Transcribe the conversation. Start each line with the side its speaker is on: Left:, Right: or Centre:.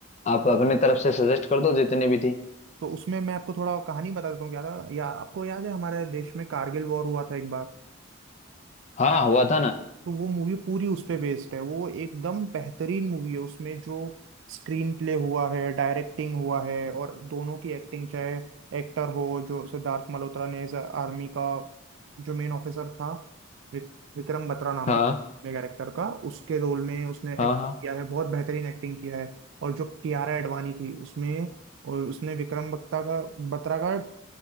Left: आप अपने तरफ से सजेस्ट कर दो जितनी भी थी
Right: तो उसमें मैं आपको थोड़ा कहानी बता देता हूँ क्या था या आपको याद है हमारे देश में कारगिल वॉर हुआ था एक बार
Left: हाँ हुआ था ना
Right: तो वो मूवी पूरी उस पे बेस्ड है वो एकदम बेहतरीन मूवी है उसमें जो स्क्रीन प्ले हुआ है डायरेक्टिंग हुआ है और दोनों की एक्टिंग चाहे एक्टर हो जो सिद्धार्थ मल्होत्रा ने एज आर्मी का जो मेन ऑफिसर था विक, विक्रम बत्रा नाम
Left: हाँ
Right: था कैरेक्टर का उसके रोल में उसने
Left: हाँ
Right: एक्ट
Left: हाँ
Right: किया है बहुत बेहतरीन एक्टिंग किया है और जो कियारा एडवानी थी उसमें और उसने विक्रम बत्रा का बत्रा का